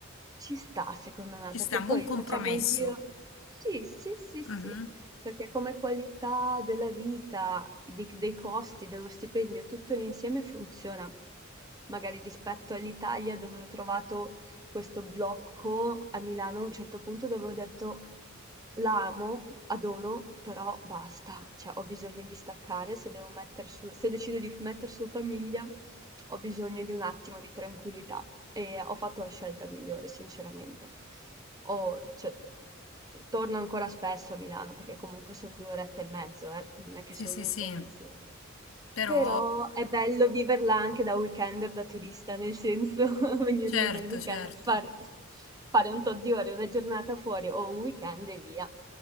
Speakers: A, on the right; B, on the left.
A: ci sta secondo me,
B: ci
A: perché
B: sta un
A: poi
B: buon compromesso.
A: facciamo il giro sì, sì, sì, sì,
B: Mhm.
A: perché come qualità della vita, di dei costi, dello stipendio, tutto l'insieme funziona. Magari rispetto all'Italia dove ho trovato questo blocco, a Milano a un certo punto dove ho detto: la amo, adoro, però basta, cioè ho bisogno di staccare, se devo metter su se decido di f metter su famiglia ho bisogno di un attimo di tranquillità e ho fatto la scelta migliore sinceramente. Ho cioè, torno ancora spesso a Milano perché comunque son 2 orette e mezzo eh, non è che
B: Sì,
A: son
B: sì,
A: lontanissima.
B: sì, però
A: Però è bello viverla anche da weekender, da turista, nel senso <laughs> venir
B: certo,
A: lì nel weekend,
B: certo.
A: far- fare un tot di ore, una giornata fuori o un weekend e via.